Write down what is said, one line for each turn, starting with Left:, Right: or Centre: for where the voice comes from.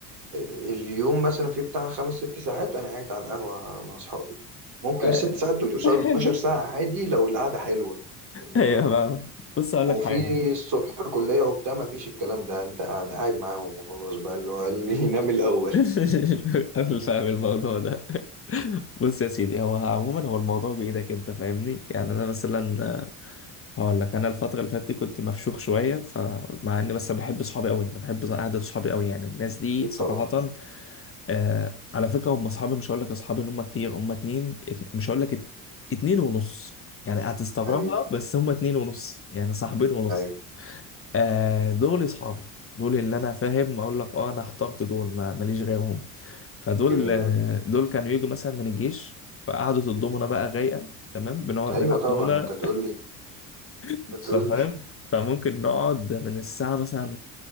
Right: اليوم مثلا في بتاع خمس ست ساعات انا قاعد على القهوه مع اصحابي ممكن
Left: آه.
Right: الست ساعات دول يوصلوا
Left: <laughs>
Right: ل 12 ساعه عادي لو القعده حلوه اللي
Left: ايوه
Right: هو
Left: بقى بص اقول
Right: وفي
Left: لك حاجه
Right: الصبح كليه وبتاع ما فيش الكلام ده انت قاعد قاعد معاهم وخلاص بقى اللي هو اللي <laughs> ينام الاول
Left: <laughs> قبل فاهم الموضوع ده بص يا سيدي هو عموما هو الموضوع بإيدك انت فاهمني يعني انا مثلا هقول لك انا الفترة اللي فاتت دي كنت مفشوخ شوية فمع اني مثلا بحب صحابي قوي انا بحب قعدة صحابي قوي يعني الناس دي
Right: اكيد
Left: صراحة
Right: طبعا
Left: آه على فكرة هم اصحابي مش هقول لك اصحابي اللي هم كتير هم اتنين ات- مش هقول لك ات- اتنين ونص يعني هتستغربها
Right: ايوه
Left: بس هم اتنين ونص يعني صاحبين ونص
Right: ايوه
Left: آه دول اصحابي دول اللي انا فاهم اقول لك اه انا اخترت دول ما ماليش غيرهم فدول
Right: جميله
Left: آه، دول كانوا يجوا مثلا من الجيش فقعدة الضمنة بقى رايقة تمام بنقعد
Right: ايوه
Left: نلعب
Right: طبعا
Left: ضمنة
Right: انت تقول لي
Left: <laughs>
Right: هتقول
Left: فاهم
Right: لي
Left: فممكن نقعد من الساعة مثلا